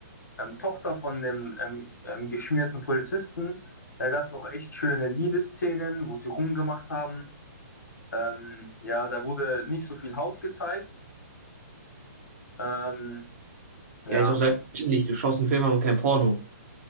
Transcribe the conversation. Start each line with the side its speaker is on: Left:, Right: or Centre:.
Left: ähm, Tochter von dem ähm, ähm, geschmierten Polizisten. Da gab es auch echt schöne Liebesszenen, wo sie rumgemacht haben. Ähm, ja, da wurde nicht so viel Haut gezeigt. Ähm, ja,
Right: Ja, ist auch selbstverständlich. Du schaust einen Film an und kein Porno.